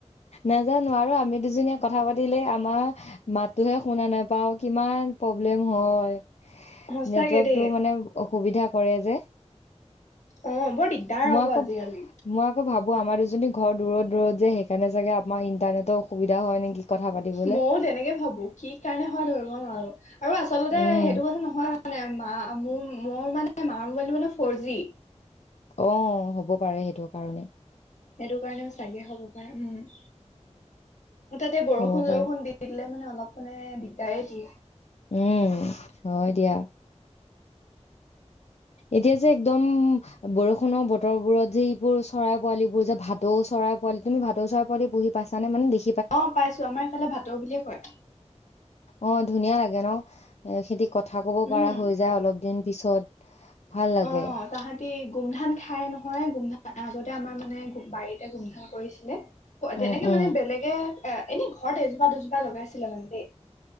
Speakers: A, on the left; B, on the left.
A: নাজানো আৰু আমি দুজনীয়া কথা পাতিলে আমাৰ মাতোহে শুনা নাপাও কিমান প্ৰব্লেম হয়।
B: সঁচাকে
A: নেটৱৰ্কটো
B: দেই।
A: মানে অসুবিধা কৰে যে
B: অ বৰ দিগদাৰ
A: মই আকৌ
B: আজিকালি।
A: মই আকৌ ভাবো আ আমাৰ দুজনী ঘৰ দূৰত দূৰত যে সেইকাৰোগে আমাৰ ইণ্টাৰনেটৰ অসুবিধা হয় নেকি! কথা পাতিবলে
B: ময়ও তেনেকে ভাবো কি কাৰণে হয় ধৰিব নোৱাৰো। আৰু আচলতে
A: উম
B: সেইটো নহয় মানে। মোৰ মোৰ মানে মাৰ মোবাইলটো মানে ফ'ৰ জি!
A: অ হ'ব পাৰে সেইটো কাৰণে
B: সেইটো কাৰণেও চাগে হ'ব পাৰে উম তাতে বৰষুণ
A: হ'ব পাৰে
B: চৰষুণ দি দিলে মানে অলপ মানে দিগদাৰে দিয়ে।
A: উম হয় দিয়া। এতিয়া যে একদম বৰষুণৰ বতৰ বোৰত যিবোৰ চৰাই পোৱালিব বোৰ যে ভাটৌ চৰাই পোৱালি তুমি ভাটৌ চৰাই পোৱালি পঢহি পাইছা নে মানে দে
B: অ পাইছো আমাৰ এইফালে ভাটৌ বুলিয়ে কয়।
A: অ ধুনীয়া লাগে ন খেতি কথা ক'ব পৰা
B: উম
A: হৈ যায় অলপ দিন তাৰ পিছত ভাল লাগে।
B: অ তাহাঁতি গোমধান খাই নহয় গুমধান আগতে আমাৰ মানে বাৰীতে গোমধান কৰিছিলে।
A: উম
B: তেনেকে
A: উম
B: মানে বেলেগে এ এনেই ঘৰত এজোপা দুজোপা লগাইছিলে মানে দেই।